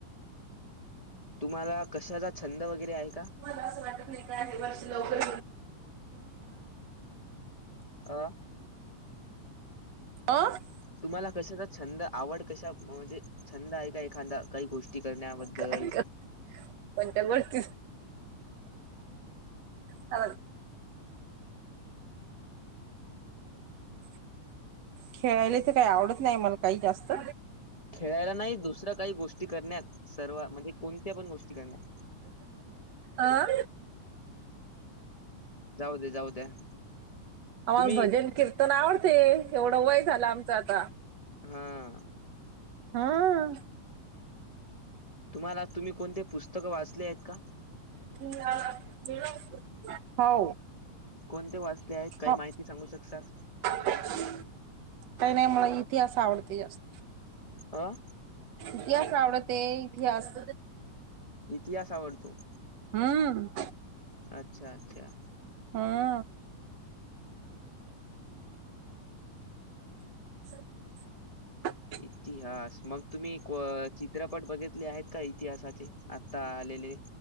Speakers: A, on the left (about 70°); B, on the right (about 60°).
A: तुम्हाला, कशाचा छंद वगैरे आहे का?
B: मला असं वाटत नाही. का वर्ष लवकर.
A: अ.
B: फ <unintelligible>
A: तुम्हाला कशाचा छंद आवड कशा म्हणजे छंद आहे. का एखादा. काही गोष्टी करण्याबद्दल
B: काय करू? कोणत्या गोष्टी अ <unintelligible> खेळायला, इथे काही आवडत नाही मला काही जास्त.
A: खेळायला नाही. दुसरं काही, गोष्टी करण्यात सर्व. म्हणजे कोणत्या पण गोष्टी करण्यात
B: आ?
A: जाऊ दे, जाऊ द्या.
B: आम्हाला,
A: तुम्ही
B: भजन-कीर्तन आवडते. एवढं वय झालं, आमचं आता.
A: हा
B: हम्म्...
A: तुम्हाला, तुम्ही कोणते पुस्तक वाचले आहेत का?
B: <unintelligible> गेलो असतो, हो.
A: कोणते वाचले आहेत? काही
B: हो
A: माहिती सांगू शकतालं?
B: काही नाही, मला इतिहास आवडते जास्त.
A: आं?
B: इतिहास आवडते, इतिहास.
A: इतिहास, आवडतो.
B: हम्म्...
A: अच्छा-अच्छा.
B: हम्म्. <unintelligible>
A: इतिहास. मग तुम्ही, को चित्रपट बघितले आहेत का इतिहासाचे? आता आलेले.